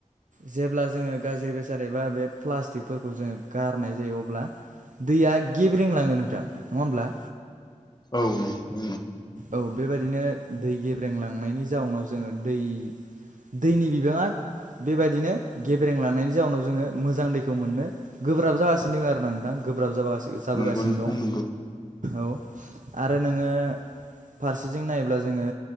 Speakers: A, on the right; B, on the left.
A: जेब्ला जोङो गाज्रि बेसाद एबा बे प्लास्टिकफोरखौ जोङो गारनाय जायो अब्ला दैया गेब्रें लाङो नोंथां नङा होमब्ला।
B: औ नंगौ।
A: औ बेबायदिनो दै गेब्रेंलांनायनि जाउनाव जोङो दै दैनि बिबाङा बेबायदिनो गेब्रें लांनायनि जाउनाव जोङो मोजां दैखौ मोननो गोब्राब जागासिनो दङ आरोना नोंथां। गोब्राब जाब जाबोगासिनो
B: नंगौ नोंथां
A: दं
B: नंगौ नोंथां नंगौ
A: औ आरो नोङो फारसेजों नायोब्ला जोङो